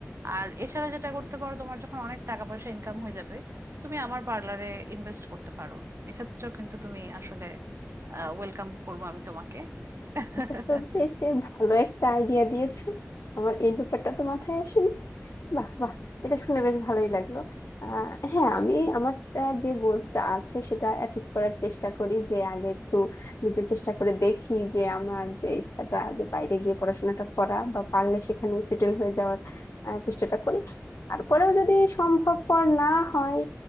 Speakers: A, on the right; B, on the left.
A: আর এছাড়া যেটা করতে পারো তোমার যখন অনেক টাকা পয়সা ইনকাম হয়ে যাবে তুমি আমার পার্লারে ইনভেস্ট করতে পারো এক্ষেত্রেও কিন্তু তুমি আসলে ওয়েলকাম করবো আমি তোমাকে <laughs>
B: এটা তো বেশ ভালো একটা আইডিয়া দিয়েছো আমার এই ব্যাপারটা তো মাথায় আসেনি বাহ বাহ এটা শুনে বেশ ভালোই লাগলো আহ, হ্যাঁ আমি আমার আহ, যে গোলসটা আছে সেটা অ্যাচিভ করার চেষ্টা করি যে আগে একটু নিজে চেষ্টা করে দেখি যে আমার যে ইচ্ছাটা যে বাইরে গিয়ে পড়াশোনাটা করা বা পারলে সেখানে সেটেল হয়ে যাওয়ার আহ, চেষ্টাটা করি তারপরেও যদি সম্ভবপর না হয়